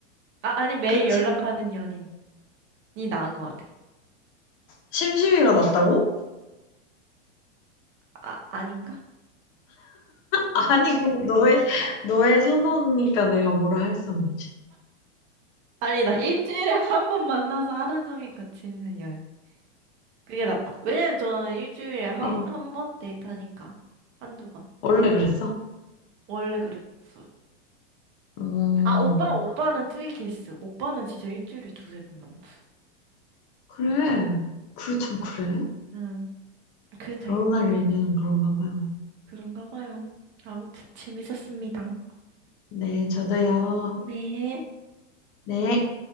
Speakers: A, on the right; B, on the left.
A: 아, 아니, 매일
B: 그치.
A: 연락하는 연인이 나은 것 같아.
B: 심심이가 낫다고?
A: 아, 아닌가?
B: 아니, 그 너의, 너의 선호니까 내가 뭐라 할 수는 없지.
A: 아니다. 일주일에 <laughs> 한 번 만나서 하루 종일 같이 있는 연. 그게 낫다. 왜냐면 저는 일주일에 한,
B: 어,
A: 한 번 데이트하니까. 한두 번.
B: 원래 그랬어?
A: 원래 그랬어요.
B: 음,
A: 아, 오빠, 오빠는 투이 케이스. 오빠는 진짜 일주일에 두세 번 만났어요.
B: 그래. 그, 참, 그래.
A: 응. 그 타입.
B: 결혼할 일은 그런가 봐요.
A: 그런가 봐요. 아무튼 재밌었습니다.
B: 네, 저도요.
A: 네.
B: 네.